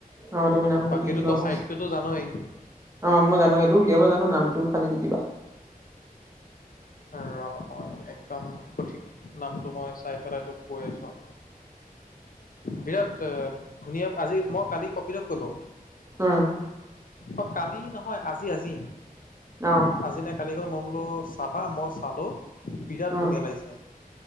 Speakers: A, on the right; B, on the left.
A: অ তুমি নামটো
B: বাকীটো
A: দি দিবা
B: তই
A: মই
B: ছাইডটোটো জানয়েই।
A: অ', মই জানো এইটো, উলিয়াব জানো নামটো খালী দি দিবা।
B: আৰু মই, একদম সঠিক নামটো মই চাই পেলাই তোক কৈ আছোঁ। বিৰাট ধুনীয়া, আজি মই কালি কপিলক ক'লো।
A: উম।
B: অ', কালি নহয়, আজি আজি।
A: অহ।
B: আজি নাই, কালি গৈ, মই বোলো চাবা, মই চালো। বিৰাট
A: উম
B: ধুনীয়া লাগিছে,